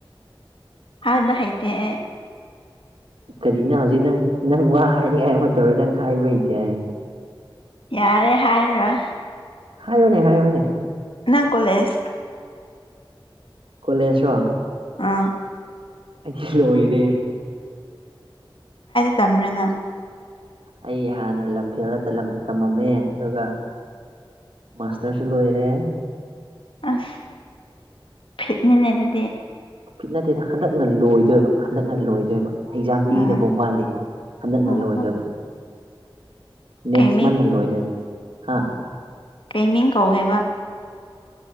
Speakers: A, on the left; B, on the right.
A: ꯍꯥꯏꯕ ꯍꯩꯇꯦ ꯑꯩ
B: ꯀꯔꯤꯅꯣ ꯍꯧꯖꯤꯛ ꯅꯪ ꯅꯪ ꯋꯥ ꯍꯥꯏꯅꯤꯡꯉꯥꯏ ꯇꯧꯔ ꯅꯪ ꯍꯥꯏꯕ ꯍꯩꯇꯦ ꯍꯥꯏ
A: ꯌꯥꯔꯦ ꯍꯥꯏꯔꯣꯏ
B: ꯍꯥꯏꯌꯣꯅꯦ ꯍꯥꯏꯌꯣꯅꯦ
A: ꯅꯪ ꯀꯣꯂꯦꯖ
B: ꯀꯣꯂꯦꯖ ꯔꯣ
A: ꯑꯥ
B: ꯑꯩ ꯂꯣꯏꯔꯦ
A: ꯇꯝꯕ꯭ꯔ ꯅꯪ
B: ꯑꯩ ꯍꯥꯟꯅ ꯂꯝꯐꯦꯜꯗ ꯇꯝꯂꯝ ꯇꯝꯃꯝꯃꯦ ꯑꯗꯨꯒ ꯃꯥꯁꯇꯔꯁꯨ ꯂꯣꯏꯔꯦ
A: ꯑꯁ ꯐꯤꯠꯅꯤꯅꯦ ꯑꯗꯨꯗꯤ
B: ꯐꯤꯠ ꯅꯠꯇꯦꯗ ꯍꯟꯗꯛꯅ ꯂꯣꯏꯗꯣꯏꯕ ꯍꯟꯗꯛꯅ ꯂꯣꯏꯗꯣꯏꯕ ꯑꯦꯛꯖꯥꯝ ꯄꯤꯗꯕ
A: ꯎꯝ
B: ꯋꯥꯠꯂꯤ ꯍꯟꯗꯛꯅ
A: ꯎꯝ
B: ꯂꯣꯏꯗꯣꯏꯕ
A: ꯎꯝ
B: ꯅꯦꯛꯁ
A: ꯀꯩ
B: ꯃꯟꯅ ꯂꯣꯏꯗꯣꯏꯕ ꯍꯥ
A: ꯀꯩꯃꯤꯡ ꯀꯧꯒꯦꯕ